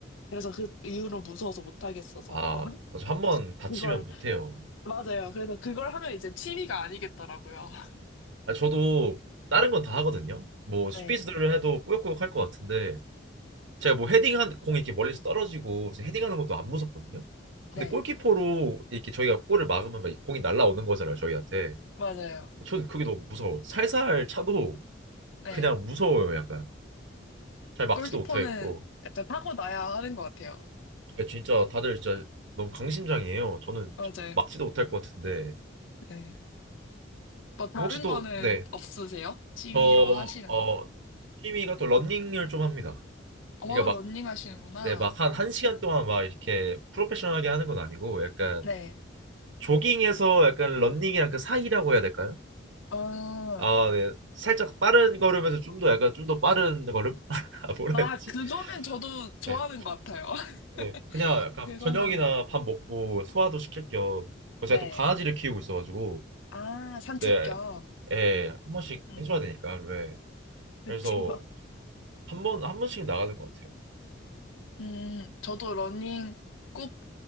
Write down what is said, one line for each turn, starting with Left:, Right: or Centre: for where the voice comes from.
Left: 그래서 그 이후로 무서워서 못하겠어서
Right: 아,
Left: <laughs>
Right: 한번 다치면
Left: 이걸
Right: 못해요.
Left: 맞아요. 그래서 그걸 하면 이제 취미가 아니겠더라고요. <laughs>
Right: 아, 저도 다른 건 다 하거든요. 뭐 수비수들을
Left: 네,
Right: 해도 꾸역꾸역 할 것 같은데 제가 뭐 헤딩한 공이 이렇게 멀리서 떨어지고 이제 헤딩하는 것도 안 무섭거든요. 근데
Left: 네,
Right: 골키퍼로 이렇게 저희가 골을 막으면 막 공이 날아오는 거잖아요, 저희한테.
Left: 맞아요.
Right: 저는 그게 너무 무서워. 살살 차도
Left: 네,
Right: 그냥 무서워요, 약간. 잘 막지도
Left: 골키퍼는
Right: 못하겠고.
Left: 약간 타고나야 하는 것 같아요.
Right: 야, 진짜 다들 진짜 너무 강심장이에요. 저는
Left: 맞아요.
Right: 막지도 못할 것 같은데.
Left: 네. 뭐 다른
Right: 그럼 혹시 또,
Left: 거는
Right: 네.
Left: 없으세요? 취미로
Right: 저,
Left: 하시는
Right: 어,
Left: 거?
Right: 취미가 또 런닝을 좀 합니다.
Left: 어,
Right: 그러니까
Left: 러닝
Right: 막,
Left: 하시는구나.
Right: 네, 막 한 한시간 동안 막 이렇게 프로페셔널하게 하는 건 아니고 약간
Left: 네.
Right: 조깅에서 약간 런닝이랑 그 사이라고 해야 될까요?
Left: 어,
Right: 아, 네. 살짝 빠른 걸음에서 좀 더 약간 좀 더 빠른 걸음? <laughs> 아, 뭐라
Left: 아,
Right: 했지?
Left: 그거는 저도 좋아하는
Right: 네.
Left: 것 같아요. <laughs>
Right: 네. 그냥 약간
Left: 그 정도는.
Right: 저녁이나 밥 먹고 소화도 시킬 겸
Left: 네.
Right: 제가 또 강아지를 키우고 있어가지고
Left: 아, 산책
Right: 내
Left: 겸.
Right: 애 한 번씩
Left: 음,
Right: 해줘야 되니까 왜?
Left: 그쵸.
Right: 그래서 한 번 한 번씩 나가는 것 같아요.
Left: 음, 저도 러닝 꼭